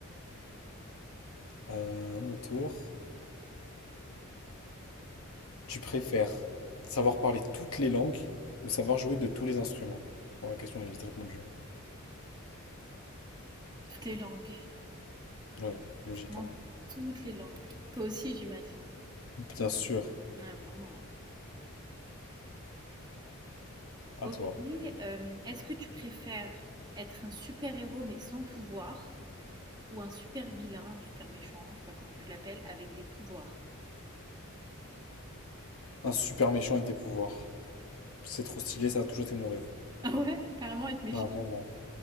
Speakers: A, on the left; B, on the right.
A: Euh, à mon tour. Tu préfères savoir parler toutes les langues ou savoir jouer de tous les instruments? Bon, la question elle est vite répondue. hein.
B: Toutes les langues,
A: Ouais, logique
B: vraiment
A: en vrai.
B: toutes les langues. Toi aussi, j'imagine.
A: Bien sûr,
B: Ouais, vraiment.
A: à
B: Ok,
A: toi.
B: euh, est-ce que tu préfères être un super-héros mais sans pouvoir ou un super-vilain, super méchant, je sais pas comment tu l'appelles, avec des pouvoirs?
A: Un super méchant avec des pouvoirs. C'est trop stylé, ça a toujours été mon rêve.
B: Ah ouais, carrément être méchant.
A: Ah, vraiment.